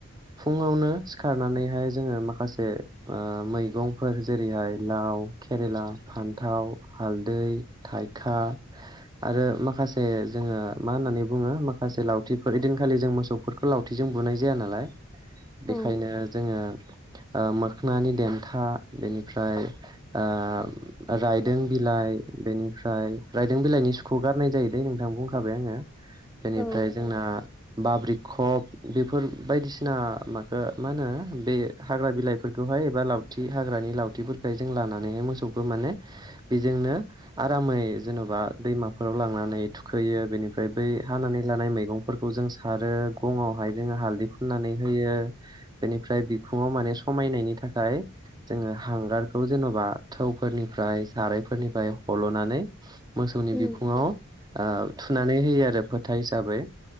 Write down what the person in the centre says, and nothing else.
औ
औ
उम